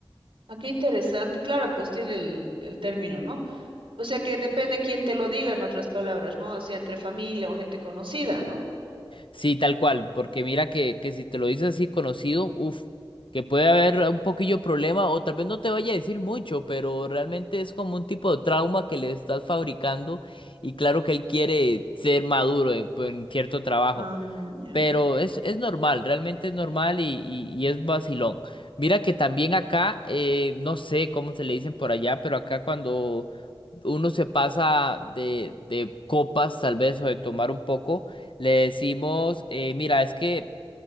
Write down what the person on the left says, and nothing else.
Sí, tal cual, porque mira que, que si te lo dices así conocido, uff, que puede haber un poquillo problema o tal vez no te vaya a decir mucho, pero realmente es como un tipo de trauma que le estás fabricando y claro que él quiere ser maduro eh, pues, en cierto trabajo.
Pero es, es normal, realmente es normal y, y- y es vacilón. Mira que también acá, eh, no sé cómo se le dicen por allá, pero acá cuando uno se pasa de, de copas, tal vez, o de tomar un poco, le decimos, eh, mira, es que